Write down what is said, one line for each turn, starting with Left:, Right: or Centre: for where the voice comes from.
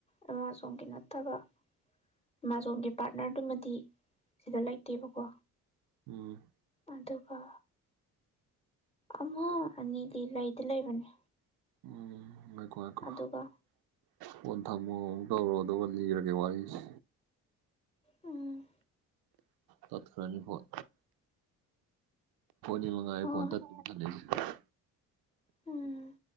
Left: ꯑꯦꯃꯥꯖꯣꯟꯒꯤ ꯅꯠꯇꯕ ꯑꯦꯃꯥꯖꯣꯟꯒꯤ ꯄꯥꯔꯠꯅꯔꯗꯨꯃꯗꯤ ꯁꯤꯗ ꯂꯩꯇꯦꯕꯀꯣ
Right: ꯎꯝ
Left: ꯑꯗꯨꯒ ꯑꯃ ꯑꯅꯤꯗꯤ ꯂꯩꯗꯤ ꯂꯩꯕꯅꯦ
Right: ꯎꯝ ꯉꯥꯏꯈꯣ ꯉꯥꯏꯈꯣ
Left: ꯑꯗꯨꯒ
Right: ꯐꯣꯟ ꯊꯝꯃꯣ ꯑꯃꯨꯛ ꯇꯧꯔꯛꯑꯣ ꯑꯗꯨꯒ ꯂꯤꯔꯒꯦ ꯋꯥꯔꯤꯁꯦ
Left: ꯎꯝ
Right: ꯇꯠ ꯈꯔꯅꯤ ꯐꯣꯟ <unintelligible> ꯃꯉꯥꯏꯔꯦ
Left: ꯍꯣꯏ
Right: ꯐꯣꯟ ꯇ <unintelligible> <unintelligible>
Left: ꯎꯝ